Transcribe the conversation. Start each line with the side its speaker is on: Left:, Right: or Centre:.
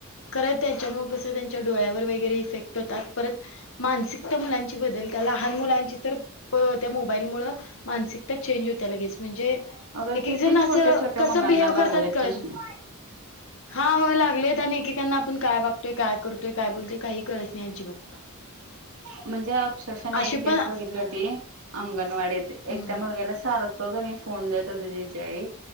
Left: खरं त्याच्यामुळे कसं त्यांनी डोळ्यावर वगैरे इफेक्ट होतात, परत मानसिकता मुलांची बदलत्या लहान मुलांची तर त्या मोबाईल मुळ मानसिकता चेंज होत्या, लगेच म्हणजे
Right: अगं
Left: एक
Right: किती
Left: एकजण असं
Right: छोट्या छोट्या
Left: कसं
Right: मुलांना
Left: बिहेव
Right: लागलेत
Left: करतात, कळत
Right: चष्मे
Left: नाही. हा होय, लागलेत आणि एकेकांना आपण काय वागतोय, काय करतोय काय बोलतोय काही कळत नाही अजिबात.
Right: म्हणजे अक्षरशः मी
Left: अशी
Right: एक केस
Left: पण
Right: बघितली होती अंगणवाडीत
Left: हम्म
Right: एक त्या मुलग्याला सार फोन देत हो ज्याई